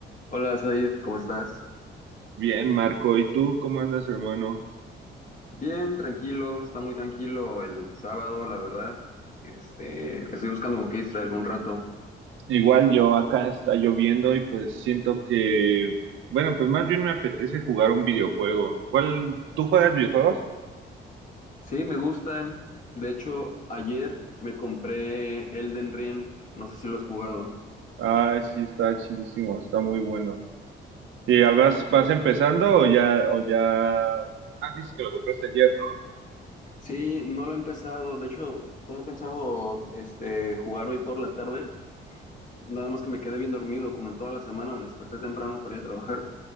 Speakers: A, on the left; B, on the right.
A: Hola Said, ¿cómo estás?
B: Bien, Marco, ¿y tú cómo andas, hermano?
A: Bien, tranquilo, está muy tranquilo el sábado, la verdad. Este, estoy buscando con qué distraerme un rato.
B: Igual yo acá está lloviendo y pues siento que, bueno, pues más bien me apetece jugar un videojuego. ¿Cuál? ¿Tú juegas videojuegos?
A: Sí, me gustan. De hecho, ayer me compré Elden Ring, no sé si lo has jugado.
B: Ay, sí, está chidísimo, está muy bueno. ¿Y ya vas, vas empezando o ya, o ya? Ah, dices que lo compraste ayer, ¿no?
A: Sí, no lo he empezado. De hecho, tenía pensado este jugar hoy por la tarde, nada más que me quedé bien dormido, como en toda la semana me desperté temprano para ir a trabajar.